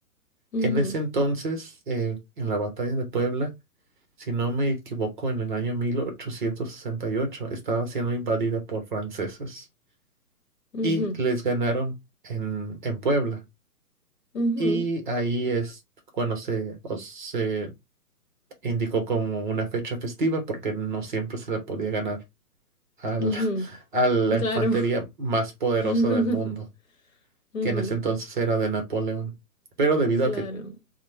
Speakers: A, on the left (about 60°); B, on the right (about 30°).
A: ujú,
B: En ese entonces, eh, en la batalla de Puebla, si no me equivoco, en el año 1868 estaba siendo invadida por franceses
A: ujú,
B: y les ganaron en, en Puebla.
A: ujú,
B: Y ahí es cuando se, o se indicó como una fecha festiva porque no siempre se le podía ganar al-
A: ujú.
B: <laughs> a la infantería
A: Claro.
B: más poderosa
A: <laughs>
B: del mundo,
A: Ujú,
B: que en ese entonces era de Napoleón. Pero debido
A: Claro.
B: a que